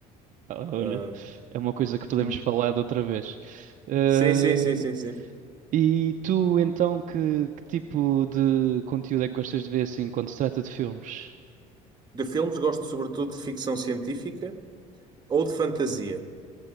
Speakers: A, on the right; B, on the right.
A: Ah, Olha,
B: ahm,
A: é uma coisa que podemos
B: hum.
A: falar de outra vez. Eh,
B: sim, sim, sim, sim, sim.
A: e tu, então, que, que tipo de conteúdo é que gostas de ver assim quando se trata de filmes?
B: De filmes gosto sobretudo de ficção científica ou de fantasia.